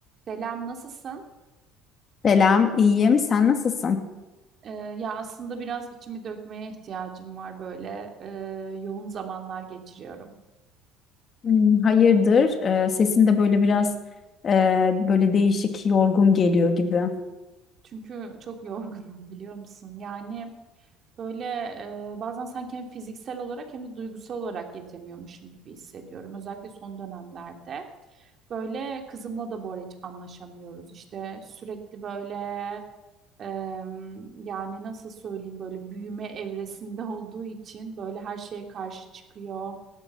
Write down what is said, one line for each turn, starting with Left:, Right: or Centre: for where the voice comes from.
Right: Selam, nasılsın?
Left: Selam, iyiyim. Sen nasılsın?
Right: Ee, ya aslında biraz içimi dökmeye ihtiyacım var böyle. Ee, yoğun zamanlar geçiriyorum.
Left: Hmm, hayırdır? Ee, sesin de böyle biraz e, böyle değişik, yorgun geliyor gibi.
Right: Çünkü çok yorgunum biliyor musun? Yani böyle e, bazen sanki hem fiziksel olarak hem de duygusal olarak yetemiyormuşum gibi hissediyorum. Özellikle son dönemlerde. Böyle kızımla da bu ara hiç anlaşamıyoruz. İşte sürekli böyle e, yani nasıl söyleyeyim böyle büyüme evresinde olduğu için böyle her şeye karşı çıkıyor.